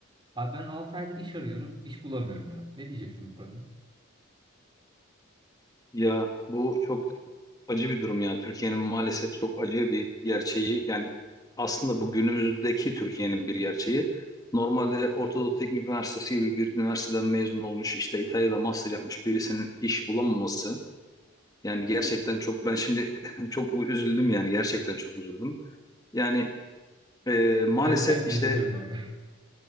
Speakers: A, on the right (about 20°); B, on the left (about 15°).
A: Abi ben 6 aydır iş arıyorum, iş bulamıyorum ya. Ne diyeceksin bu konuya?
B: Ya bu çok acı bir durum ya. Türkiye'nin maalesef çok acı bir gerçeği. Yani aslında bu günümüzdeki Türkiye'nin bir gerçeği. Normalde Orta Doğu Teknik Üniversitesi gibi bir üniversiteden mezun olmuş, işte İtalya'da master yapmış birisinin iş bulamaması Yani gerçekten çok ben şimdi <laughs> çok üzüldüm yani gerçekten çok üzüldüm. Yani e, maalesef
A: Ben, ben de
B: işte
A: üzülüyorum abi.